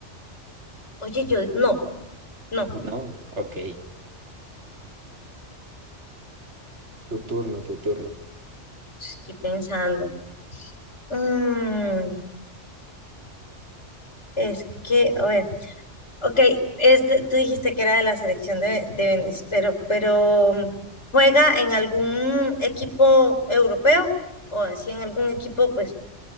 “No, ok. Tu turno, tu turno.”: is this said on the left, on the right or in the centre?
Right